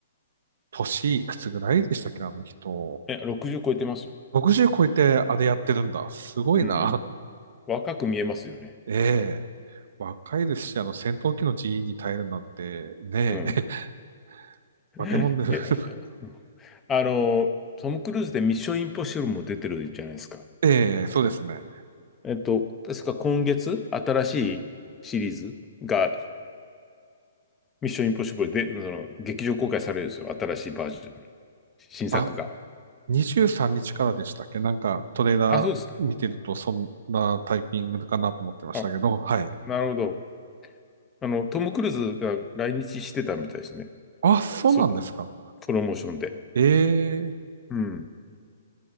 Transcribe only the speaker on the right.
<laughs> 年いくつぐらいでしたっけ、あの人。
60超えてあれやってるんだ。すごいな。
<laughs> ええ。若いですし、あの、戦闘機の人員に耐えるなんて、ねえ。
<laughs>
化け物です。
<laughs> ええ、そうですね。
あ、23日からでしたっけなんか、トレーラー見てると、
そんなタイピングかなと思ってましたけど、
はい。
あ、そうなんですか。
ええ、